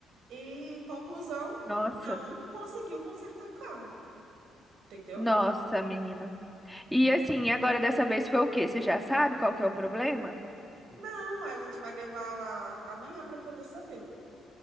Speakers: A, on the right (about 75°); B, in the centre.
A: e, conclusão,
B: nossa.
A: não conseguiu consertar o carro, entendeu?
B: Nossa, menina. E assim, agora dessa vez foi o quê? Você já sabe qual que é o problema?
A: Não, a gente vai levar lá amanhã para poder saber.